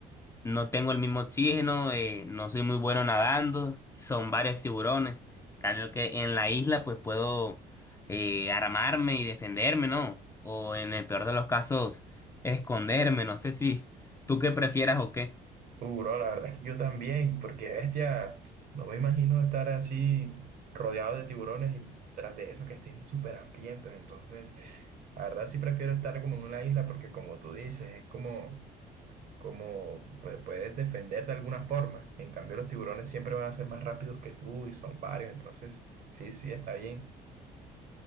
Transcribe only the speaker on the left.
No tengo el mismo oxígeno, eh, no soy muy bueno nadando, son varios tiburones. Cambio que en la isla pues puedo eh, armarme y defenderme, ¿no? O en el peor de los casos, esconderme, no sé si tú qué prefieras o qué.